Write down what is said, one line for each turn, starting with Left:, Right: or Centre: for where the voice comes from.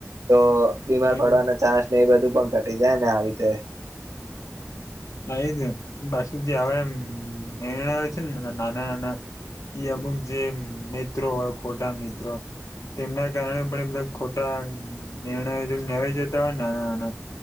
Right: તો બીમાર
Left: પણ
Right: પડવાનું. ચાન્સ ન એ બધું પણ ઘટી જાય ને આવી રીતે.
Left: એ જ પછી જે હવે મેણ આવે છે ને, નાના-નાના એ અમુક જે મિત્રો હોય, ખોટા મિત્રો તેમના કારણે પણ ખોટા નિર્ણય લેવાઈ જતા હોય, નાના-નાના.